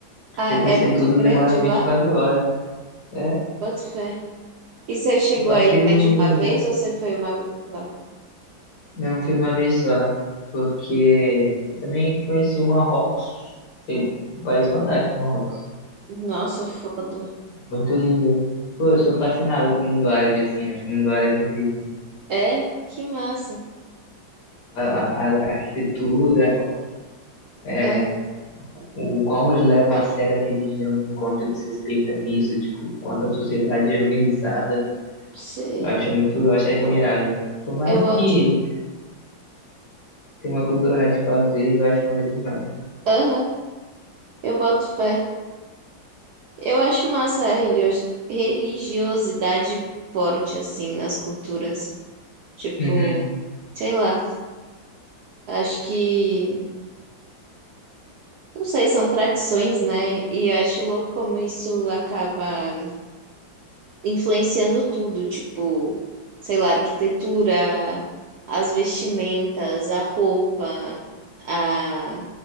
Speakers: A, on the left; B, on the right.
A: Pra
B: Ah,
A: você conhecer
B: é muito
A: tudo,
B: grande
A: demora
B: lá?
A: vinte e quatro horas. É,
B: Boto fé. E você chegou
A: eu passei
B: aí
A: no...
B: mais de uma vez ou você foi uma vez só?
A: Não, fui uma vez só. Porque eu também conheci o Marrocos. Foi um país fantástico, Marrocos.
B: Nossa, foda.
A: Muito linda. Pô, eu sou fascinado com o mundo árabe, assim, eu acho o mundo árabe incrível.
B: É? Que massa.
A: A, a, a arquitetura, é,
B: Ah,
A: o como eles levam a sério a religião, o quanto eles respeitam isso, tipo, quanto a sociedade é organizada,
B: sei.
A: eu acho muito, eu acho admirável. Por mais
B: Eu boto...
A: que tenha uma cultura radical às vezes, eu acho maneiro demais.
B: Aham, eu boto fé. Eu acho massa a religi- religiosidade forte, assim, nas culturas. Tipo,
A: Uhum,
B: sei lá, acho que, não sei, são tradições, né? E acho louco como isso acaba influenciando tudo, tipo, sei lá, a arquitetura, as vestimentas, a roupa, a,